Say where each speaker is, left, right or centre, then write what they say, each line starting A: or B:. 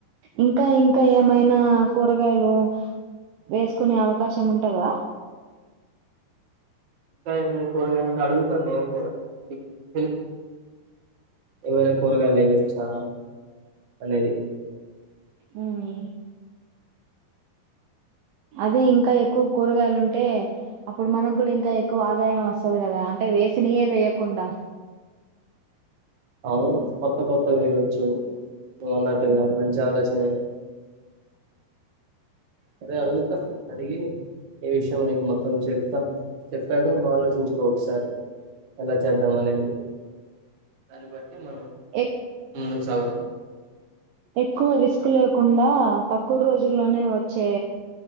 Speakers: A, on the right; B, on the right.
A: ఇంకా ఇంకా ఏమైనా కూరగాయలు వేసుకునే అవకాశం ఉంటందా
B: ఇంకా ఏం కూరగాయలంటే అడుగుతాను నేను కూడా అది తెలు ఏమైనా కూరగాయలు ఎయ్యొచ్చా అనేది
A: ఉమ్మ్ అదే ఇంకా ఎక్కువ కూరగాయలుంటే అప్పుడు మనకూడా ఇంకా ఎక్కువ ఆదాయం వస్తాది కదా అంటే వేసినయే వేయకుండా
B: అవును కొత్త కొత్తగా వేయచ్చు నువ్వు అన్నట్టుగా
A: ఉమ్
B: మంచి ఆలోచనే అదే అడుగుతా అడిగి ఏ విషయమో నీకు మొత్తం చెప్తా చెప్పాక నువ్వు ఆలోచించుకో ఒకసారి ఎలా చేద్దాం అనేది దాన్ని బట్టి మనం
A: ఎ
B: ముందుకు సాగుదాం.
A: ఎక్కువ రిస్క్ లేకుండా తక్కువ రోజుల్లోనే వచ్చే